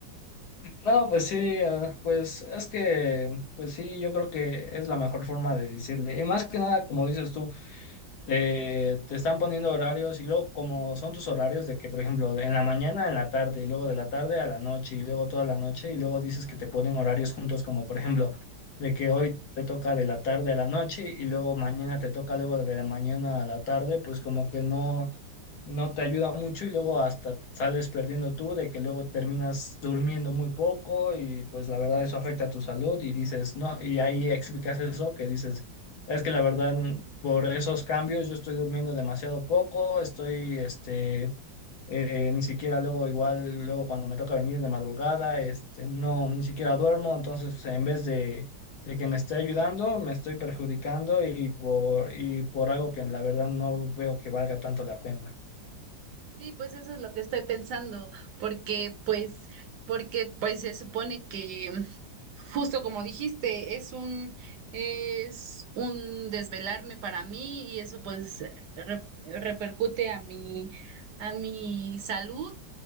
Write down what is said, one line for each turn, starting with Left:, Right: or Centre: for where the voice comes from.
Left: No, pues sí, ah, pues es que, pues sí, yo creo que es la mejor forma de decirle, y más que nada, como dices tú. eh, te están poniendo horarios y luego como son tus horarios de que, por ejemplo, en la mañana, en la tarde y luego de la tarde a la noche y luego toda la noche y luego dices que te ponen horarios juntos como, por ejemplo, de que hoy te toca de la tarde a la noche y luego mañana te toca luego de la mañana a la tarde, pues como que no no te ayuda mucho y luego hasta sales perdiendo tú, de que luego terminas durmiendo muy poco y pues la verdad eso afecta a tu salud y dices, no, y ahí explicas eso, que dices, es que la verdad mm, por esos cambios yo estoy durmiendo demasiado poco, estoy, este, eh, ni siquiera luego igual, luego cuando me toca venir de madrugada, este, no, ni siquiera duermo, entonces en vez de... de que me esté ayudando, me estoy perjudicando y por, y por algo que la verdad no veo que valga tanto la pena.
Right: Sí, pues eso es lo que estoy pensando, porque pues, porque pues se supone que mm, justo como dijiste, es un, es un desvelarme para mí y eso pues eh, re- repercute a mi, a mi salud